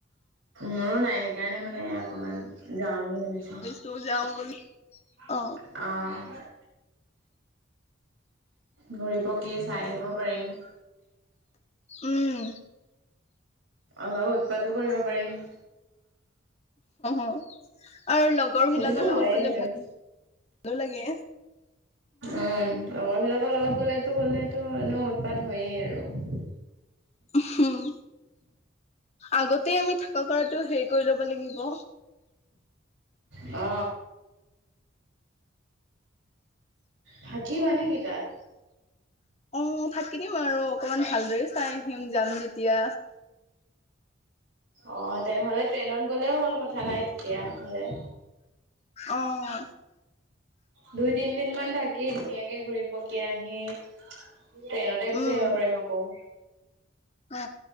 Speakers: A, on the right (about 80°); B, on the left (about 35°).
A: মোৰো নাই সেইকাৰণে মানে- মান জাও বুলি ভাবিছো।
B: তো যাওঁ বুলি-
A: অহ।
B: অ
A: ঘূৰিপকে চাই আহিব পাৰিম।
B: উম
A: অলপ উৎপাতো কৰিব পাৰিম।
B: অ, আৰু লগৰ
A: সেইটোতো
B: বিলাকৰ
A: হয়েই
B: লগত গ'লে
A: বাৰু
B: ভালো লাগে।
A: উম লগৰবিলাকৰ লগত গ'লেতো গ'লেতো এনেও উৎপাত হয়ে আৰু।
B: হম। আগতে আমি থাকা কৰাতটো হেৰি কৰি ল'ব লাগিব।
A: অ। থাকি মানে কি তাত?
B: অ থাকি দিম আৰু অকনমান ভালদৰে চাই আহিম যাম যেতিয়া।
A: অঁহ তেনেহ'লে ট্ৰেইনত গ'লেও হ'ল কথা নাই তেতিয়া হ'লে।
B: অহ।
A: দুই তিনদিন মান থাকি ধুনীয়াকে ঘূৰি পকি আহি- ট্ৰেইনতে গুচি
B: উম
A: আহিব পাৰিম আকৌ।
B: অ